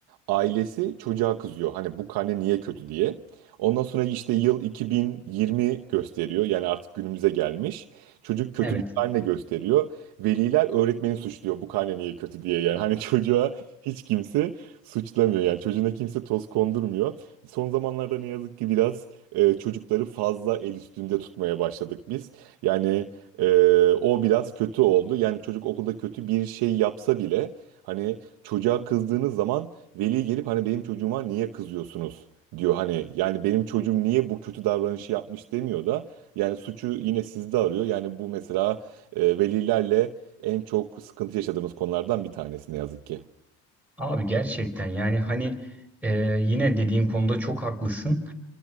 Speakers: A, on the right (about 65°); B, in the centre.
A: Ailesi çocuğa kızıyor. Hani bu karne niye kötü diye. Ondan sonra işte yıl 2020 gösteriyor. Yani artık günümüze gelmiş. Çocuk kötü
B: Evet.
A: bir karne gösteriyor. Veliler öğretmeni suçluyor bu karne niye kötü diye. Yani hani <laughs> çocuğa hiç kimse Suçlamıyor yani çocuğuna kimse toz kondurmuyor. Son zamanlarda ne yazık ki biraz e, çocukları fazla el üstünde tutmaya başladık biz. Yani e, o biraz kötü oldu. Yani çocuk okulda kötü bir şey yapsa bile hani çocuğa kızdığınız zaman veli gelip hani benim çocuğuma niye kızıyorsunuz? diyor hani yani benim çocuğum niye bu kötü davranışı yapmış demiyor da yani suçu yine sizde arıyor. Yani bu mesela e, velilerle en çok sıkıntı yaşadığımız konulardan bir tanesi ne yazık ki. <laughs>
B: Abi gerçekten yani hani e, yine dediğin konuda çok haklısın.